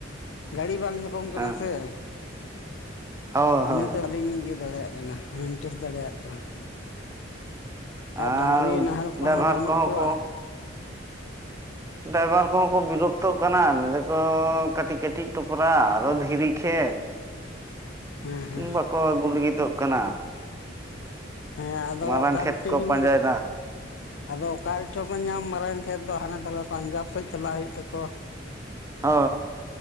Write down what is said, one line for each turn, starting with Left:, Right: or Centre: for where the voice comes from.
Left: ᱜᱟᱹᱲᱤ ᱵᱟᱝ ᱧᱟᱯᱟᱢ ᱠᱟᱱᱟ
Right: ᱦᱮᱸ
Left: ᱥᱮ
Right: ᱦᱳᱭ
Left: ᱤᱱᱟᱹᱛᱮ
Right: ᱦᱳᱭ
Left: ᱵᱟᱹᱞᱤᱧ ᱤᱭᱟᱹ ᱫᱟᱲᱮᱭᱟᱜ ᱠᱟᱱᱟ᱾ ᱦᱟᱱᱴᱩᱥ ᱫᱟᱲᱮᱭᱟᱜ ᱠᱟᱱᱟ᱾
Right: ᱟᱨ
Left: ᱰᱟᱝᱨᱤ ᱱᱟᱦᱮᱞ
Right: ᱰᱟᱭᱵᱷᱟᱨ
Left: ᱵᱟᱹᱱᱩᱜ
Right: ᱠᱚᱦᱚᱸ
Left: ᱠᱚᱣᱟ
Right: ᱠᱚ᱾ ᱰᱟᱭᱵᱷᱟᱨ ᱠᱚᱦᱚᱸ ᱠᱚ ᱵᱤᱨᱚᱠᱛᱚᱜ ᱠᱟᱱᱟ ᱞᱟᱹᱭ ᱫᱟᱠᱚ ᱠᱟᱹᱴᱤᱡ ᱠᱟᱹᱴᱤᱡ ᱴᱚᱯᱨᱟ ᱟᱨᱚ ᱫᱷᱤᱨᱤ ᱠᱷᱮᱛ᱾
Left: ᱦᱮᱸ ᱦᱮᱸ
Right: ᱵᱟᱠᱚ ᱟᱹᱜᱩ ᱞᱟᱹᱜᱤᱫᱚᱜ ᱠᱟᱱᱟ᱾
Left: ᱦᱮᱸ ᱟᱫᱚ
Right: ᱢᱟᱨᱟᱝ
Left: ᱚᱠᱟ
Right: ᱠᱷᱮᱛ
Left: ᱨᱮᱪᱚ
Right: ᱠᱚ
Left: ᱵᱤᱱ᱾
Right: ᱯᱟᱸᱡᱟᱭᱮᱫᱟ
Left: ᱟᱫᱚ ᱚᱠᱟ ᱨᱮᱪᱚ ᱠᱚ ᱧᱟᱢ ᱢᱟᱨᱟᱝ ᱠᱷᱮᱛ ᱫᱚ ᱦᱟᱱᱮ ᱛᱞᱮ ᱯᱟᱱᱡᱟᱵᱽ ᱥᱮᱫ ᱪᱟᱞᱟᱜ ᱦᱩᱭᱩᱜ ᱛᱟᱠᱚᱣᱟ᱾
Right: ᱦᱚ